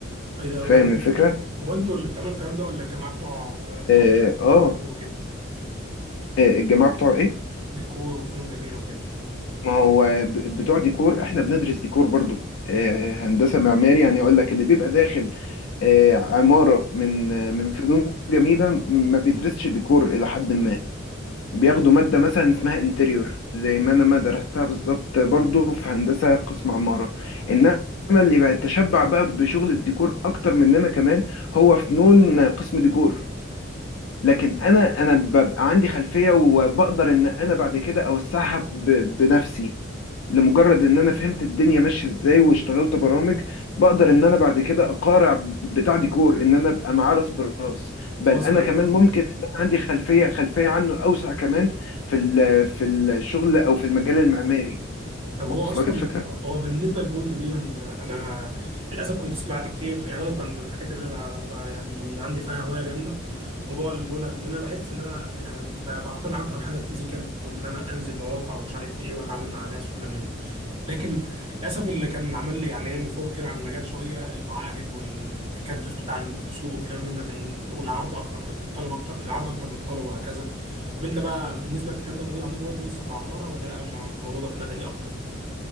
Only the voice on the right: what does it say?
ايه ده هو
انت
هو انتوا اللي بتعملوا الكلام ده ولا الجماعه بتوع آه،
آه،
لا وديكور وكده
ديكور وفنون جميله وكده
وصلت
وصلت
طب هو
اصلا
هو بالنسبه للبوينت دي انا أنا للاسف كنت سمعت كتير يعني انا كان من الحاجات اللي انا ب- ب- يعني عندي فيها هوايه جامده موضوع البنى لان انا بحس ان انا يعني ب- بقتنع اكتر بحاجه الفيزيكال وان انا انزل مواقع ومش عارف ايه واتعامل مع ناس وكلام من ده لكن للاسف اللي كان عمل لي يعني ايه نفور كده عن المجال شويه المعاهد والتكدس بتاع السوق وكلام من ده من والعرض اكتر من الطلب اكتر العرض اكتر من الطلب وهكذا طب انت بقى بالنسبه للكلام ده موجود عندكم برضه لسه في عماره ولا لا الموضوع ده في مدني اكتر